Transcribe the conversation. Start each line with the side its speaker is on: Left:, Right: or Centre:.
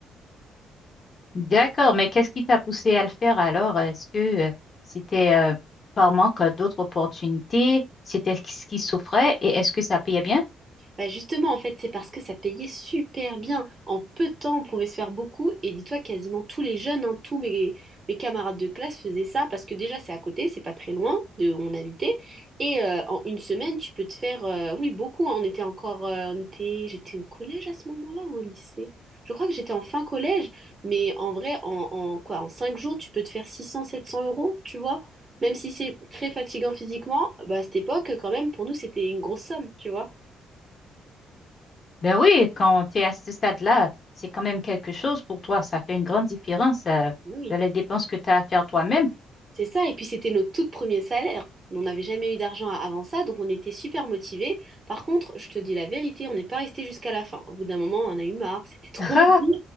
Left: D'accord, mais qu'est-ce qui t'a poussé à le faire alors? Est-ce que euh, c'était euh, par manque d'autres opportunités? C'était ce qui souffrait et est-ce que ça payait bien?
Right: Bah justement, en fait, c'est parce que ça payait super bien. En peu de temps, on pouvait se faire beaucoup. Et dis-toi, quasiment tous les jeunes, hein, tous mes, mes camarades de classe faisaient ça parce que déjà, c'est à côté, c'est pas très loin de où on habitait. Et euh, en une semaine, tu peux te faire, euh, oui, beaucoup. hein. On était encore, euh, on était, j'étais au collège à ce moment-là ou au lycée? Je crois que j'étais en fin collège, mais en vrai, en, en quoi, en cinq jours, tu peux te faire six cents sept cents euros, tu vois? Même si c'est très fatigant physiquement, bah, à cette époque, quand même, pour nous, c'était une grosse somme, tu vois?
Left: Ben oui, quand tu es à ce stade-là, c'est quand même quelque chose pour toi. Ça fait une grande différence euh,
Right: Oui.
Left: dans les dépenses que tu as à faire toi-même.
Right: C'est ça, et puis c'était notre tout premier salaire. On n'avait jamais eu d'argent avant ça, donc on était super motivés. Par contre, je te dis la vérité, on n'est pas resté jusqu'à la fin. Au bout d'un moment, on en a eu marre, c'était trop
Left: <laughs>
Right: <laughs> dur.